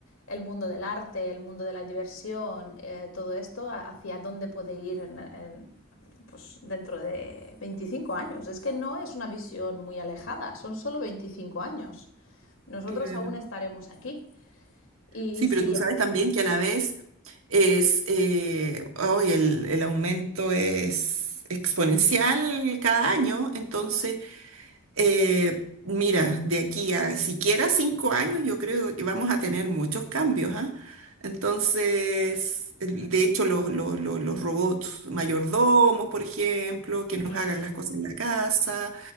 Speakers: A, on the left (about 75°); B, on the right (about 85°).
A: el mundo del arte, el mundo de la diversión, eh, todo esto, a- ¿hacia dónde puede ir en- en, pues, dentro de 25 años? Es que no es una visión muy alejada, son solo 25 años. Nosotros
B: Claro.
A: aún estaremos aquí. Y
B: Sí,
A: si...
B: pero tú sabes también que a la vez Es, eh, hoy el, el aumento es exponencial cada año, entonces, eh, mira, de aquí a siquiera cinco años yo creo que vamos a tener muchos cambios, ¿ah? Entonces, el- de hecho, los, los- los- los robots mayordomos, por ejemplo, que nos
A: Claro.
B: hagan las cosas en la casa,